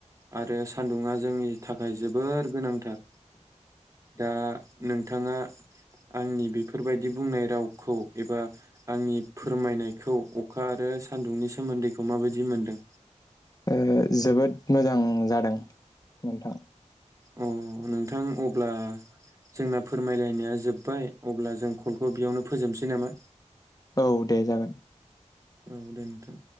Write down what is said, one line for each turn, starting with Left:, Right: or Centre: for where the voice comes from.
Right: आरो सान्दुंङा जोंनि थाखाय जोबोर गोनांथार दा नोंथाङा आंनि बेफोरबायदि बुंनाय रावखौ एबा आंनि फोरमायनायखौ अखा आरो सान्दुंनि सोमोन्दैखौ माबायदि मोनदों?
Left: ओ जोबोद मोजां जादों नोंथां।
Right: अ नोंथां अब्ला जोंना फोरमायलायनाया जोब्बाय अब्ला जों कलखौ बेयावनो फोजोबनोसै नामा?
Left: औ दे जागोन।
Right: औ दे नोंथां।